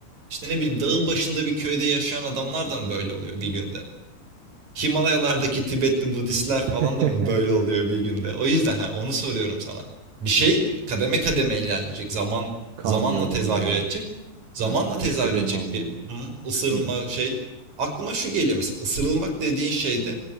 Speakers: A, on the right (about 40°); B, on the right (about 75°).
A: işte ne bileyim dağın başında bir köyde yaşayan adamlar da mı böyle oluyor bir günde? Himalayalardaki Tibetli Budistler falan
B: <laughs>
A: da mı böyle oluyor bir günde? O yüzden ha, onu soruyorum sana. Bir şey kademe kademe ilerleyecek. Zaman
B: Kan
A: zamanla
B: yolu
A: tezahür
B: mu?
A: edecek. Zamanla
B: Ha işte
A: tezahür
B: ısırılma
A: edecek
B: mı?
A: bir hı, ısırılma
B: Hı hı.
A: şey. Aklıma şu geliyor mesela ısırılmak dediğin şeyde